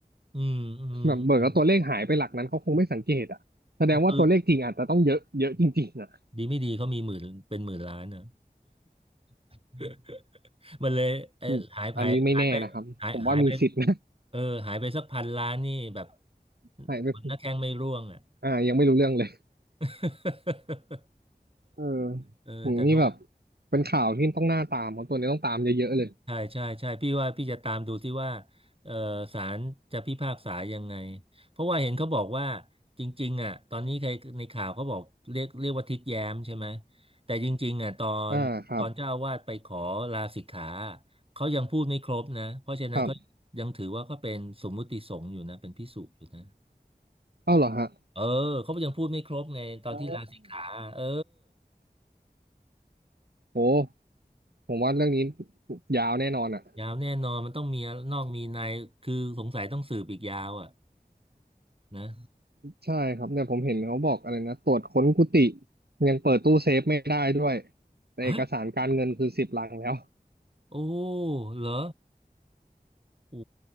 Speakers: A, on the right; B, on the right.
A: อืมอืมอืม
B: แบบเบิกแล้วตัวเลขหายไปหลักนั้นเขาคงไม่สังเกตอ่ะแสดงว่าตัวเลขจริงอาจจะต้องเยอะเยอะจริงๆอ่ะ
A: คือดีไม่ดีเขามีหมื่นเป็นหมื่นล้านนะ <laughs> มันเลยเออหายไปหายไปหายหายไป
B: อืมอันนี้ไม่แน่นะครับผมว่ามีสิทธิ์นะ
A: เออหายไปสักพันล้านนี่แบบ
B: <laughs> ใช่ไม่
A: คนหน้าแข้งไม่ร่วงอ่ะ
B: อ่ายังไม่รู้เรื่องเลย
A: <laughs>
B: เออ
A: เออแต่ดู
B: อืมนี่แบบเป็นข่าวที่ต้องหน้าตามของตัวนี้ต้องตามเยอะๆเลย
A: ใช่ใช่ใช่พี่ว่าพี่จะตามดูที่ว่าเออศาลจะพิพากษายังไงเพราะว่าเห็นเขาบอกว่าจริงๆอ่ะตอนนี้ใครในข่าวเขาบอกเรียกเรียกว่าทิดแย้มใช่ไหมแต่จริงๆอ่ะตอนตอนเจ้าอาวาสไปขอลาสิกขา
B: อ่าครับ
A: เขายังพูดไม่ครบนะเพราะฉะนั้นเขายังถือว่าก็เป็นสมมุติสงฆ์อยู่นะเป็นภิกษุอยู่นะ
B: ครับเอ้าเหรอฮะ
A: เออเขายังพูดไม่ครบไงตอนที่ลาสิกขาเออ
B: อ๋อโหผมว่าเรื่องนี้ยาวแน่นอนอ่ะ
A: ยาวแน่นอนมันต้องมีนอกมีในคือสงสัยต้องสืบอีกยาวอ่ะนะ
B: ใช่ครับเนี่ยผมเห็นเขาบอกอะไรนะตรวจค้นกุฏิยังเปิดตู้เซฟไม่ได้ด้วยแต่เอกสารการเงินคือสิบลังแล้ว
A: <gasps> โอ้เหรอ โอ้